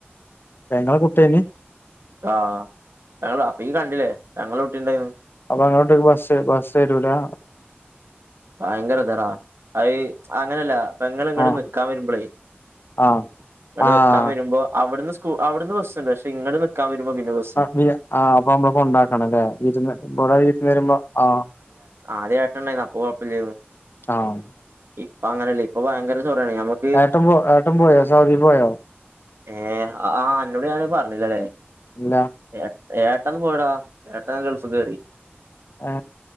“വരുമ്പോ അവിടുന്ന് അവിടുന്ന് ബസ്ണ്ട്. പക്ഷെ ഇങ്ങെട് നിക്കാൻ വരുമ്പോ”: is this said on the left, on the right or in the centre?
Right